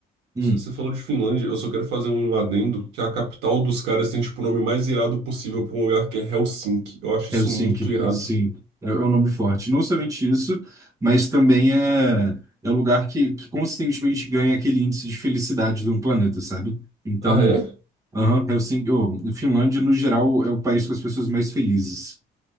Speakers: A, on the right (about 20°); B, on the right (about 85°).
A: hum,
B: você falou de Finlândia, eu só quero fazer um adendo que é a capital dos caras tem tipo o nome mais irado possível pra um lugar que é Helsinki. Eu acho
A: Helsinki,
B: isso muito irado.
A: sim, é, é um nome forte. Não somente isso, mas também é, é um lugar que, que consistentemente ganha aquele índice de felicidade do planeta, sabe? Então,
B: Ah, é?
A: aham, Helsinki, oh, Finlândia, no geral, é o país com as pessoas mais felizes.